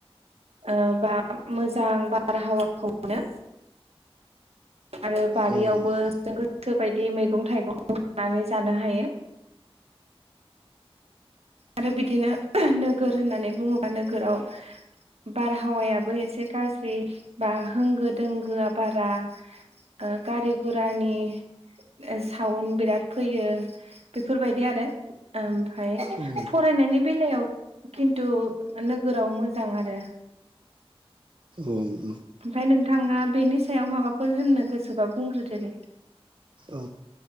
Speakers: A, on the right; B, on the right.
A: ओ बा मोजां बारहावाखौ मोनो। आरो बारियावबो
B: औ नोंथां
A: जों गोसो बायदि मैगं थाइगं नानै जानो हायो। आरो बिदिनो नोगोर होननानै बुङोबा नोगोराव बारहावायाबो एसे गाज्रि बा होंगो दोंगोआ बारा ओ गारि गुरानि ओ साउन्ड बिराद फैयो बेफोरबायदि आरो ओम। फाय
B: औ
A: फरायनायनि बेलायाव खिन्थु नोगोराव मोजां आरो।
B: ओं।
A: ओमफ्राय नोंथाङा बेनि सायाव माबाफोर होननो गोसोबा बुंग्रोदो दे।
B: औ